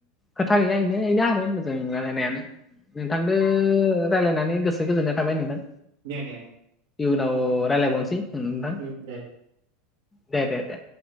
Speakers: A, on the left; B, on the right.
A: खोथा गैया बेनो बेनो आरो मोजां रायलायनायानो नोंथां रायजलायनानै गोसो गोजोननाय थाबाय नोंदों
B: दे दे दे
A: इउ नाव रायलायबावनोसै नोंथां
B: उम दे
A: दे दे दे